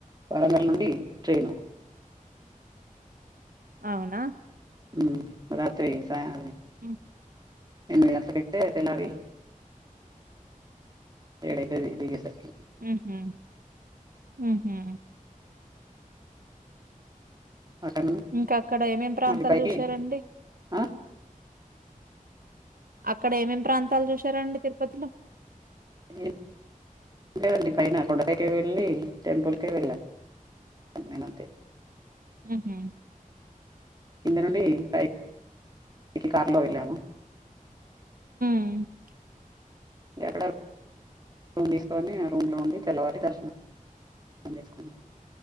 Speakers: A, on the right (about 30°); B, on the right (about 80°).
A: వరంగల్ నుండి ట్రైను
B: అవునా
A: మ్మ్ రాత్రి స ఆది
B: ఆ
A: ఎనిమిది గంటలకి ఎకితే తెలరి ఎడ్ అయితది దిగేసరికి
B: ఉహు ఉహు
A: అక్కడ నుండి
B: ఇంకా అక్కడ ఏం ఎం ప్రాంతాలు
A: మళ్ళీ పైకి
B: చూసారండి
A: ఆ?
B: అక్కడ ఏం ఎం ప్రాంతాలు చూసారండి తిరుపతిలో
A: ఎం లేద్ అండి పైన కొండ పైకే వెళ్ళి టెంపుల్కే వెళ్ళా నేనుంతే
B: మ్మ్ హ్మ్
A: కింద నుండి పైకి కార్లో వెళ్ళాము
B: హ్మ్
A: అక్కడే రూమ్ తీసుకొని ఆ రూమ్లో ఉండి తెల్లవాలి దర్శనం చేసుకున్నాం